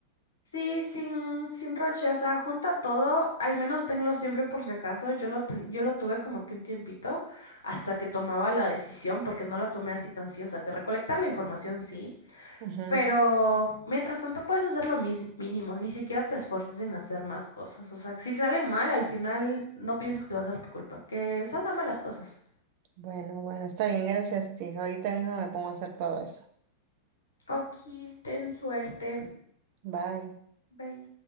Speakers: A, on the left; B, on the right.
A: Sí, sin, sin roche, o sea, junta todo, al menos tenlo siempre por si acaso. Yo lo, ten- yo lo tuve como que un tiempito hasta que tomaba la decisión, porque no la tomé así tan sí, o sea, de recolectar la información sí,
B: Ujú.
A: Pero mientras tanto puedes hacer lo mis- mínimo, ni siquiera te esfuerces en hacer más cosas. O sea, si sale mal, al final no pienses que va a ser tu culpa. Que salgan mal las cosas.
B: Bueno, bueno, está bien, gracias, tía. Ahorita mismo me pongo a hacer todo eso.
A: Aquí ten suerte.
B: Bye.
A: Bye.